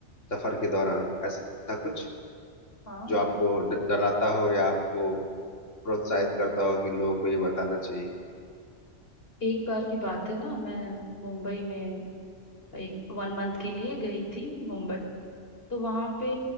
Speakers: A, on the left; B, on the left.
A: सफर के दौरान ऐसा कुछ
B: हाँ
A: जो आपको
B: काफी
A: ड- डराता हो या आपको प्रोत्साहित करता हो कि लोगों को ये बताना चाहिए
B: एक बार की बात है ना मैं मुंबई में एक वन मंथ के लिए गई थी मुंबई तो वहां पे